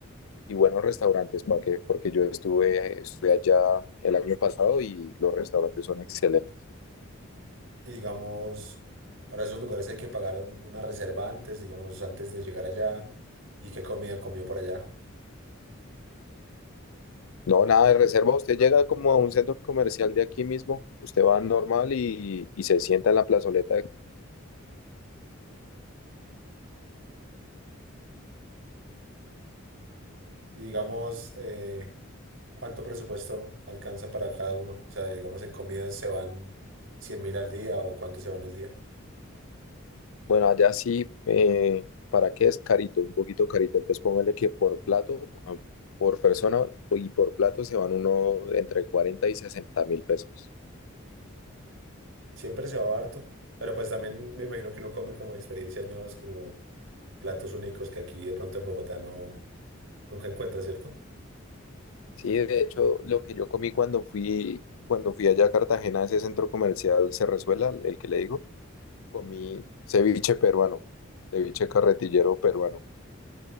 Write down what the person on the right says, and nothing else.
Y digamos, para esos lugares hay que pagar un- una reserva antes, digamos, antes de llegar allá. ¿Y qué comida comió por allá?
Y digamos, eh, ¿Cuánto presupuesto alcanza para cada uno? O sea, digamos, en comidas se van cien mil al día o cuánto se van el día.
Siempre se va harto, pero pues también me imagino que uno come como experiencias nuevas, como platos únicos que aquí de pronto en Bogotá no nunca encuentra, ¿cierto?